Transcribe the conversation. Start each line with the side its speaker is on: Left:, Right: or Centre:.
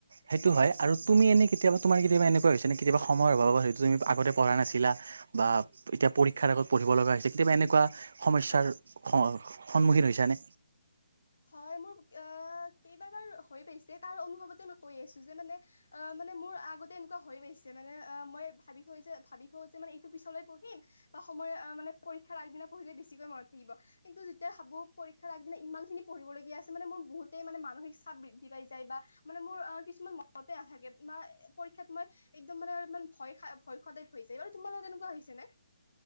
Right: সেইটো হয়। আৰু তুমি এনেই কেতিয়াবা তোমাৰ কেতিয়াবা এনেকুৱা হৈছে নে কেতিয়াবা সময়ৰ অভাবত সেইটো তুমি আগতে পঢ়া নাছিলা বা তেতিয়া পৰীক্ষাৰ আগত পঢ়িব লগা হৈছে কেতিয়াবা এনেকুৱা সমস্যাৰ স সন্মুখীন হৈছা নে?
Left: হয়, মোৰ আহ কেইবা বাৰ হৈ পাইছে তাৰ অনুভৱতে মই কৈ আছো। যে মানে অ' মানে মোৰ আগতে এনেকুৱা হৈ পাইছে। যে মানে আ মই ভাবি থৈ যে ভাবি থওঁ যে মানে এইটো পিছলৈ পঢ়িম বা সময় আ মানে পৰীক্ষাৰ আগদিনা পঢ়িলে বেছিকৈ মনত থাকিব। কিন্তু যেতিয়া ভাবো পৰীক্ষাৰ আগদিনা ইমান খিনি পঢ়িবলগীয়া আছে মানে মোৰ বহুতেই মানে মানসিক চাপ বৃদ্ধি পাই যায়। বা মানে মোৰ অ' কিছুমান মনতে নাথাকে। মাৰ পৰীক্ষাত মই একদম মানে অলমান ভয় খ ভয় খোৱা টাইপ হৈ যায়। বাৰু তোমাৰ লগত এনেকুৱা হৈছে নে?